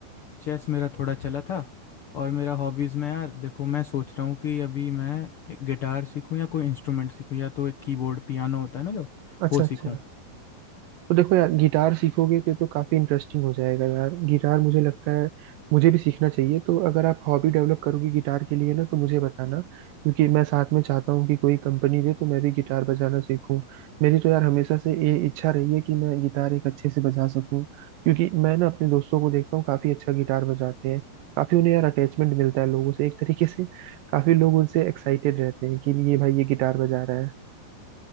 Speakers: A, on the left; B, on the right.
A: चेस मेरा थोड़ा चला था और मेरा हॉबीज़ में यार देखो मैं सोच रहा हूँ कि अभी मैं एक गिटार सीखूँ या कोई इंस्ट्रूमेंट सीखूँ या तो एक कीबोर्ड पियानो होता है ना जो
B: अच्छा
A: वो सीखूँ
B: अच्छा तो देखो यार गिटार सीखोगे तो, तो काफी इंटरेस्टिंग हो जाएगा यार गिटार मुझे लगता है मुझे भी सीखना चाहिए तो अगर आप हॉबी डेवलप करोगे गिटार के लिए ना तो मुझे बताना क्योंकि मैं साथ में चाहता हूँ कि कोई कंपनी दे तो मैं भी गिटार बजाना सीखूँ मेरी तो यार हमेशा से ये इच्छा रही है कि मैं गिटार एक अच्छे से बजा सकूँ क्योंकि मैं ना अपने दोस्तों को देखता हूँ काफी अच्छा गिटार बजाते हैं काफी उन्हें यार अटैचमेंट मिलता है लोगों से एक तरीके से काफी लोग उनसे एक्साइटेड रहते हैं कि ये भाई ये गिटार बजा रहा है